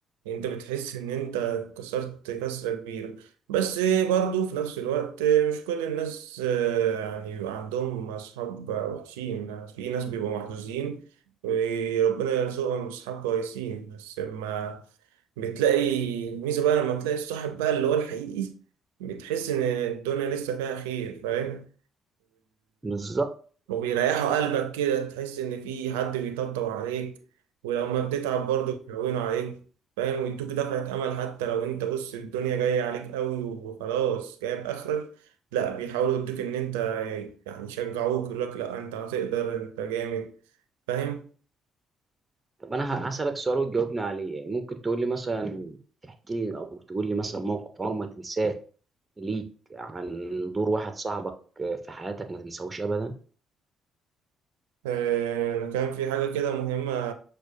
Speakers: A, on the right; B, on the right.
A: انت بتحس ان انت كسرت كسرة كبيرة بس برضو في نفس الوقت مش كل الناس آه، يعني بيبقى عندهم اصحاب وحشين يعني في ناس بيبقوا محظوظين وربنا يرزقهم اصحاب كويسين بس لما بتلاقي الميزة بقى لما تلاقي الصاحب بقى اللي هو الحقيقي بتحس ان الدنيا لسه فيها خير فاهم
B: بالظبط
A: وبيريحوا قلبك كده تحس إن في حد بيطبطب عليك ولو ما بتتعب برضه بيهونوا عليك فاهم ويدوك دفعة أمل حتى لو أنت بص الدنيا جاية عليك أوي وخلاص جايب آخرك لا بيحاولوا يدوك إن أنت يعني يشجعوك يقولك لا أنت هتقدر أنت جامد فاهم
B: طب انا هسألك سؤال وتجاوبني عليه يعني ممكن تقول لي مثلا تحكي لي او تقول لي مثلا موقف عمرك ما تنساه ليك عن دور واحد صاحبك في حياتك ما تنساهوش ابدا
A: آه، أنا كان في حاجة كده مهمة